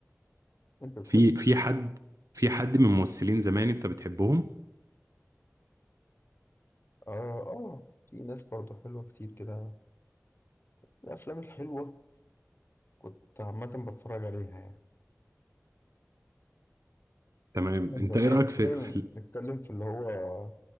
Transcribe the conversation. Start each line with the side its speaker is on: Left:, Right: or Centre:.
Left: أنت بتحب
Right: في في حد في حد من ممثلين زمان انت بتحبهم
Left: آه آه في ناس برضه حلوة كتير كده الأفلام الحلوة كنت عامة بتفرج عليها يعني
Right: تمام
Left: بس ده من
Right: انت
Left: زمان
Right: ايه رأيك
Left: خلينا
Right: في في ال-
Left: نتكلم في اللي هو